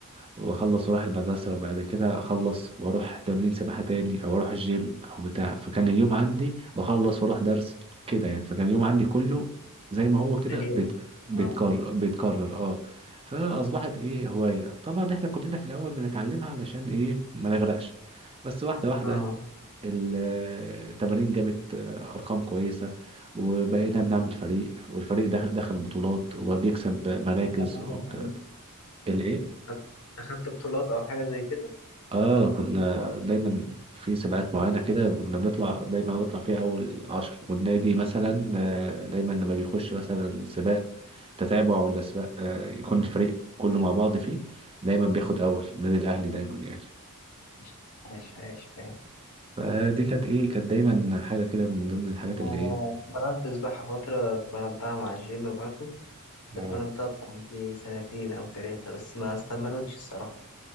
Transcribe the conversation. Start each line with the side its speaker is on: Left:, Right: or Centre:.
Right: واخلص واروح المدرسه وبعد كده اخلص واروح تمرين سباحه تاني او اروح الجيم او بتاع فكان اليوم عندي واخلص واروح درس كده يعني فكان اليوم عندي كله زي ما هو كده
Left: مليانة
Right: بيت- بيتكرر
Left: اه
Right: بيتكرر اه فاصبحت ايه هوايه طبعا احنا كلنا في الاول بنتعلمها علشان ايه ما نغرقش بس واحده واحده
Left: اه
Right: ال- التمارين جابت ارقام كويسه وبقينا بنعمل فريق والفريق ده دخل بطولات وبقى بيكسب مراكز
Left: أخدت حاجة
Right: وكده
Left: تاني؟
Right: الايه
Left: أخدت أخدت بطولات أو حاجة زي كده
Right: اه كنا دايما في سباقات معينة كده كنا بنطلع دايما أنا بطلع فيها أول عشر والنادي مثلا آه، دايما لما بيخش مثلا سباق تتابع ولا سباق آه، يكون الفريق كله مع بعض فيه دايما بياخد أول النادي الأهلي دايما يعني
Left: عايش عايش عايش عايش
Right: فدي
Left: مم.
Right: كانت إيه كانت دايما حاجة كده من ضمن الحاجات اللي
Left: آه،
Right: إيه
Left: اتمرنت سباحة فترة اتمرنتها مع الجيم برضو
Right: اه
Left: اتمرنتها بتاع دي سنتين أو ثلاثة بس ما استمرتش الصراحة